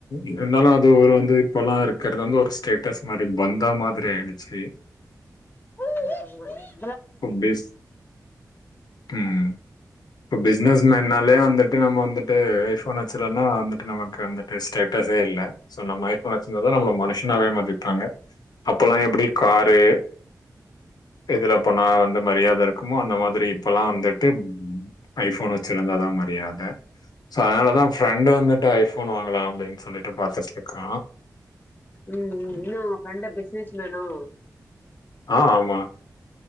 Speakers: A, on the left; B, on the left.
A: இருந்தாலு அது ஒரு வந்து இப்பலா இருக்கற்து வந்து ஒரு ஸ்டேட்டஸ் மாரி பந்தா மாதிரி ஆய்டுச்சு
B: ஆமாங்க
A: பேஸ் ம் இப்போ பிஸ்னஸ் மேன்னாலே வந்துட்டு நம்ம வந்துட் டு ஐஃபோன் வச்சில்லென்னா வந்துட்டு நமக்கு அந்த ஸ்டேட்டஸ்சே இல்ல சோ நம்ம ஐபோன் வச்சிர்ந்தா தா நம்மள மனுஷனாவே மதிப்பாங்க அப்பெல்லா எப்டி காரு இதுல நா வந்து மரியாத இர்க்குமோ அந்த மாத்திரி இப்பல்லா வந்துட்டு ஐஃபோன் வச்சிருந்தா தா மரியாத சோ அத்னாலதா ஃப்ரெண்டு வந்துட்டு ஐஃபோன் வாங்கலா அப்டின் சொல்லிட்டு பாத்துட்ர்கா
B: ம் ம் இன்னா ப்ரெண்டு பிஸ்னஸ் மேனோ
A: ஆ ஆமா